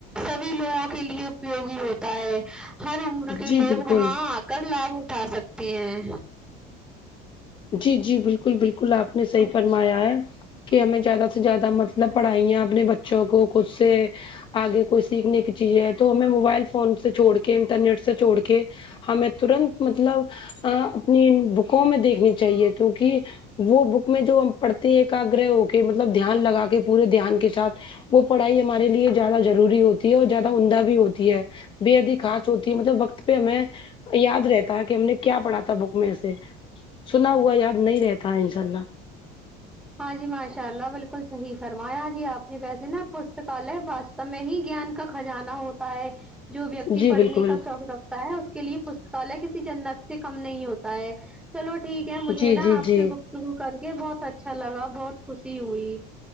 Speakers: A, in the centre; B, on the left (about 25°).
A: سبھی لوگوں کے لیے اپیوگی ہوتا ہے ہر عمر کے
B: جی
A: لوگ
B: بالکل
A: وہاں آ کر لابھ اٹھا سکتے ہیں
B: جی جی بالکل بالکل آپ نے صحیح فرمایا ہے کہ ہمیں زیادہ سے زیادہ مطلب پڑھائیاں اپنے بچوں کو خود سے آگے کوئی سیکھنے کی چیز ہے تو ہمیں موبائل فون سے چھوڑ کے انٹرنیٹ سے چھوڑ کے ہمیں ترنت مطلب ا اپنی بکوں میں دیکھنی چاہیے کیونکہ وہ بک میں جو ہم پڑھتے ہیں ایکاگرہ ہو کے مطلب دھیان لگا کے پورے دھیان کے ساتھ وہ پڑھائی ہمارے لیے زیادہ ضروری ہوتی ہے اور زیادہ عمدہ بھی ہوتی ہے بے حد ہی خاص ہوتی ہے مطلب وقت پہ ہمیں یاد رہتا ہے کہ ہم نے کیا پڑھا تھا بک میں سے سنا ہوا یاد نہیں رہتا ہے انشاءاللہ
A: ہاں جی ماشاء اللہ بالکل صحیح فرمایا جی آ ویسے ناں پستکالیہ واستو میں ہی گیان کا کھجانہ ہوتا ہے جو ویکتی
B: جی
A: پڑھنے
B: بالکل
A: کا شوق رکھ تا ہے اس کے لیے پستکالیہ کسی جنت سے کم نہیں ہوتا ہے چلو ٹھیک ہے مجھے
B: جی
A: ناں
B: جی
A: آپ
B: جی
A: سے گفتگو کرکے بہت اچھا لگا بہت خوشی ہوئی